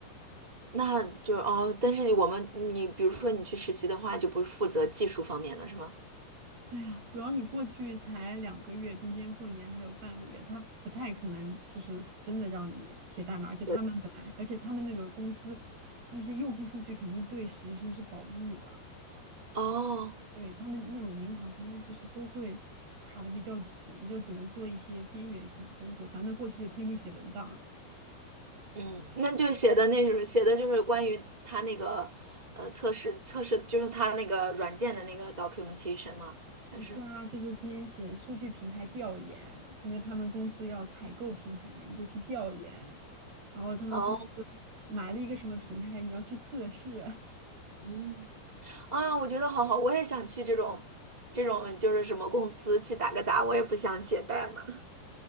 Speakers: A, on the right; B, on the right.
A: 那就是哦，但是我们你比如说你去实习的话，就不是负责技术方面的是吗？
B: 哎呀，主要你过去才两个月，中间过年还有半个月，他不太可能就是真的让你写代码，而且他们本来，
A: 对。
B: 而且他们那个公司那些用户数据肯定对实习生是保密的，
A: 哦，
B: 对他们那种银行，他们就是都会卡的比较紧，就只能做一些边缘性的工作，反正过去就天天写文档。
A: 嗯，那就写的那种，写的就是关于他那个呃测试测试，就是他那个软件的那个 documentation 吗？
B: 不是啊，
A: 还是
B: 就是天天写数据平台调研，因为他们公司要采购平台，你就去调研，然后他们公司
A: 哦，
B: 买了一个什么平台，你要去测试。<laughs>
A: 嗯，啊，我觉得好好，我也想去这种这种就是什么公司去打个杂，我也不想写代码。